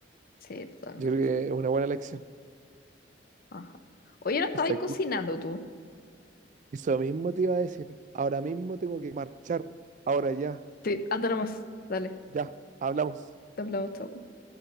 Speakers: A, on the left; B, on the right.
A: Sí, totalmente.
B: Yo creo que es una buena elección.
A: Ajá. Oye, no estabas
B: Exacto.
A: cocinando tú.
B: Eso mismo te iba a decir. Ahora mismo tengo que marchar. Ahora ya,
A: Sí, anda nomás. Dale,
B: ya, hablamos.
A: te hablamos, chao.